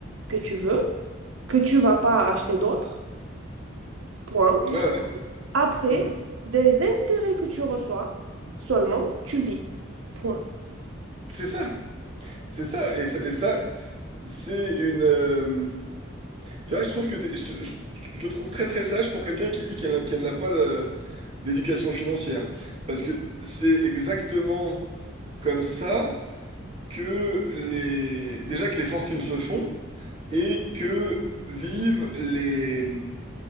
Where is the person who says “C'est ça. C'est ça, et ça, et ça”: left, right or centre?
Right